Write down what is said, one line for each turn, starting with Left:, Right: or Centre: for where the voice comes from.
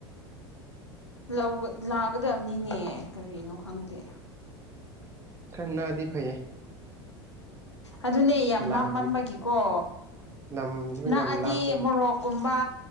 Left: ꯂꯧꯕ ꯂꯥꯛꯀꯗꯕꯅꯤꯅꯦ ꯀꯔꯤꯅꯣ ꯈꯪꯗꯦ
Right: ꯈꯔ ꯅꯥꯛꯑꯗꯤ ꯐꯩꯌꯦ
Left: ꯑꯗꯨꯅꯦ ꯌꯥꯝ
Right: ꯂꯝ
Left: ꯂꯥꯞꯃꯟꯕꯒꯤꯀꯣ
Right: ꯂꯝꯁꯨ
Left: ꯅꯛꯑꯗꯤ
Right: ꯌꯥꯝ ꯂꯥꯞꯄꯦꯕ
Left: ꯃꯣꯔꯣꯛ ꯀꯨꯝꯕ